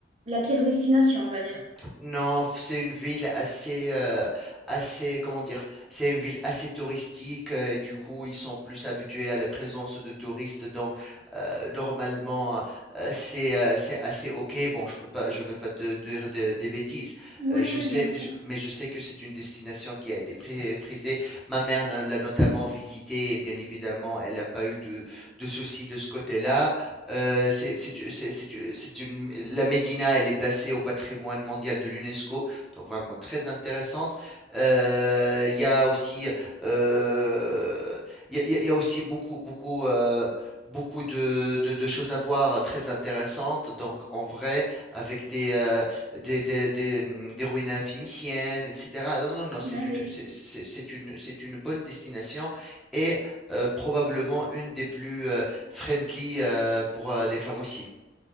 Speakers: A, on the right; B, in the centre.
A: la pire destination, on va dire.
B: Non, f- c'est une ville assez, euh, assez, comment dire, c'est une ville assez touristique. euh, et du coup, ils sont plus habitués à la présence de touristes. Donc, euh, normalement, euh, c'est, euh, c'est assez ok. Bon, je peux pas, je veux pas te dire de- des bêtises.
A: Oui,
B: Euh, je
A: oui,
B: sais,
A: bien sûr.
B: je- mais je sais que c'est une destination qui a été pré- prisée. Ma mère n'a- l'a notamment visitée. Et bien évidemment, elle n'a pas eu de, de soucis de ce côté-là. Euh, c'est, c'est, c'est- c'est c'est une, la Médina, elle est placée au patrimoine mondial de l'UNESCO, donc vraiment très intéressante. Euh, Il y a aussi, euh, il y a, il y a- il y a aussi beaucoup, beaucoup, euh, beaucoup de, de- de choses à voir euh, très intéressantes. Donc en vrai, avec des, euh, des, des, des, hum, des ruines phéniciennes, etc. Non, non, non, non, c'est
A: Ah
B: une,
A: oui.
B: c'est c'est- c'est une, c'est une bonne destination et euh, probablement une des plus euh, friendly euh, pour euh, les femmes aussi.